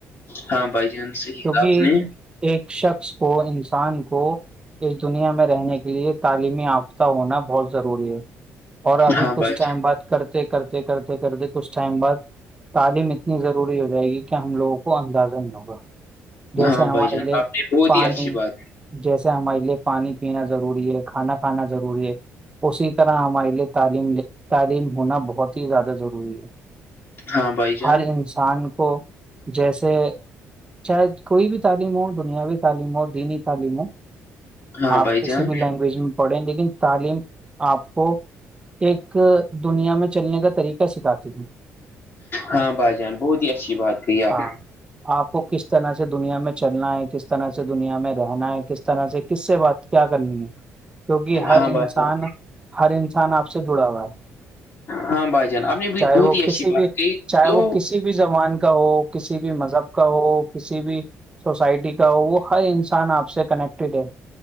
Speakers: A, on the left (about 50°); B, on the right (about 20°).
A: ہاں بھائی جان صحیح کہا
B: کہ
A: آپ نے
B: ایک شخص کو انسان کو اس دنیا میں رہنے کے لیے تعلیم یافتہ ہونا بہت ضروری ہے اور ابھی
A: ہاں
B: کچھ
A: بھائی
B: ٹائم بعد کرتے کرتے کرتے کرتے کچھ ٹائم بعد تعلیم اتنی ضروری ہو جائے گی کہ ہم لوگوں کو اندازہ نہیں ہوگا
A: جان
B: جیسے
A: ہاں
B: ہمارے
A: بھائی جان
B: لیے
A: آپ نے بہت
B: پانی
A: ہی اچھی بات
B: جیسے ہمارے لیے پانی پینا ضروری ہے کھانا کھانا ضروری ہے اسی طرح ہمارے لیے تعلیم تعلیم ہونا بہت ہی زیادہ ضروری ہے
A: ہاں بھائی جان
B: ہر انسان کو جیسے چاہے کوئی بھی تعلیم ہو دنیاوی تعلیم ہو دینی تعلیم ہو
A: ہاں
B: آپ
A: بھائی
B: کسی
A: جان
B: بھی لینگویج میں پڑھیں لیکن تعلیم آپ کو ایک دنیا میں چلنے کا طریقہ سکھاتے تھی <inaudible>
A: ہاں بھائی جان بہت ہی اچھی بات کہی آپ
B: ہاں آپ کو کس کس طرح سے دنیا میں چلنا ہے کس طرح سے دنیا میں رہنا ہے کس طرح سے کس سے بات کیا کرنی ہے کیونکہ ہر
A: ہاں
B: انسان
A: بھائی جان
B: ہر انسان آپ سے جڑا ہوا ہے
A: ہاں بھائی جان آپ نے بھی
B: چاہے
A: بہت
B: وہ
A: ہی اچھی
B: کسی
A: بات
B: بھی
A: کہ
B: چاہے
A: تو
B: وہ کسی بھی زبان کا ہو کسی بھی مذہب کا ہو کسی بھی سوسائٹی کا ہو وہ ہر انسان آپ سے کنیکٹیڈ ہے